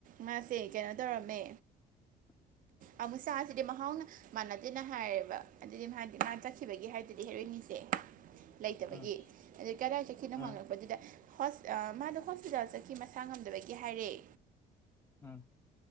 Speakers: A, on the right; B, on the left.
A: ꯃꯥꯁꯦ ꯀ‌ꯦꯅꯣ ꯇꯧꯔꯝꯃꯦ
B: <inaudible>
A: ꯑꯃꯨꯛ ꯆꯥꯁꯤꯗꯤ ꯃꯍꯥꯎꯅ ꯃꯥꯅꯗꯦꯅ ꯍꯥꯏꯔꯦꯕ ꯑꯗꯨꯗꯤ ꯃꯥꯗꯤ ꯃꯥ ꯆꯠꯈꯤꯕꯒꯤ ꯍꯥꯏꯗꯨꯗꯤ ꯍꯦꯔꯣꯏꯅꯤꯁꯦ ꯂꯩꯇꯕꯒꯤ
B: ꯎꯝ
A: ꯑ‌ꯦ ꯀꯔꯥꯏ ꯆꯈꯤꯅ‌ꯣ
B: ꯎꯝ
A: ꯍꯪꯂ ꯄꯗꯨꯗ ꯍ‌ꯣꯁ ꯑꯥ ꯃꯥꯗꯣ ꯍꯣꯁꯄꯤꯇꯥꯜ ꯆꯈꯤ ꯃꯁꯥ ꯉꯝꯗꯕꯒꯤ ꯍꯥꯏꯔ‌ꯦ
B: ꯎꯝ